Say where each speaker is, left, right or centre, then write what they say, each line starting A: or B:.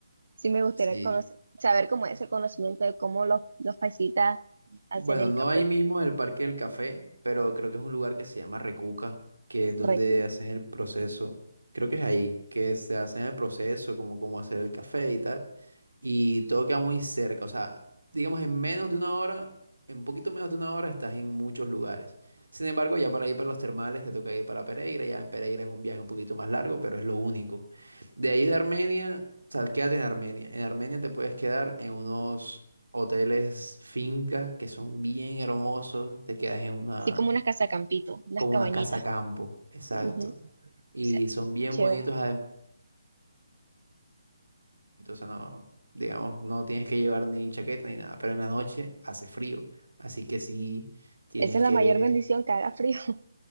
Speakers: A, on the right; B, on the right.
A: Sí, me gustaría
B: Sí,
A: conocer, saber cómo es ese conocimiento de cómo los, los paisitas hacen
B: Bueno,
A: el
B: no
A: café.
B: ahí mismo en el Parque del Café, pero creo que es un lugar que se llama Recuca, que es donde
A: Re rico.
B: hacen el proceso. Creo que es ahí, que se hacen el proceso, como cómo hacer el café y tal. Y todo queda muy cerca, o sea, digamos en menos de una hora, en un poquito menos de una hora estás en muchos lugares. Sin embargo, ya para ir para los termales te toca ir para Pereira, ya en Pereira es un viaje un poquito más largo, pero es lo único. De ahí de Armenia, o sea, quédate en Armenia. En Armenia te puedes quedar en unos hoteles, fincas que son bien hermosos. Te quedas en una,
A: Sí, como unas casacampitos, unas
B: como
A: cabañitas.
B: una casa campo, exacto.
A: Ujú. O
B: Y
A: sea,
B: son bien
A: chévere.
B: bonitos además. Entonces no, digamos, no tienes que llevar ni chaqueta ni nada, pero en la noche hace frío. Así que sí, tienes
A: Esa es la
B: que...
A: mayor bendición, que haga frío. <laughs>